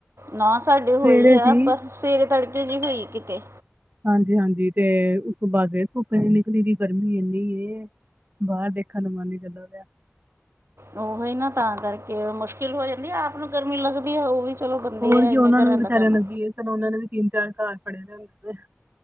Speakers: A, on the right (about 80°); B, on the right (about 45°).
A: ਨਾ ਸਾਡੇ ਹੋਈ
B: ਸਵੇਰੇ
A: ਆ
B: ਸੀ
A: ਪਰ ਸਵੇਰੇ ਤੜਕੇ ਜ ਹੋਈ ਕਿਤੇ।
B: ਹਾਂਜੀ-ਹਾਂਜੀ ਤੇ ਉਸ ਤੋਂ ਬਾਅਦ ਫੇਰ ਧੁੱਪ ਏਨੀ ਨਿਕਲੀ ਦੀ ਗਰਮੀ ਇੰਨੀ ਏ ਬਾਹਰ ਦੇਖਣ ਦਾ ਮਨ ਨੀ ਕਰਦਾ ਪੇਆ।
A: ਉਹੀ ਨਾ ਤਾਂ ਕਰਕੇ ਮੁਸ਼ਕਿਲ ਹੋ ਜਾਂਦੀ ਹੈ ਆਪ ਨੂੰ ਗਰਮੀ ਲੱਗਦੀ ਹੈ ਉਹ ਵੀ ਚਲੋ ਬੰਦੇ
B: ਹੋਰ
A: ਆ
B: ਕੀ
A: ਇੰਨੇ
B: ਉਹਨਾਂ
A: ਘਰਾਂ
B: ਨੂੰ ਵੀ ਵਿਚਾਰੇ
A: ਦਾ ਕੰਮ
B: ਲੱਗੀ ਏ ਚਲੋ ਉਹਨਾ ਦੇ ਵੀ ਤਿੰਨ ਚਾਰ ਪੜ੍ਹੇ ਜਾਣਗੇ।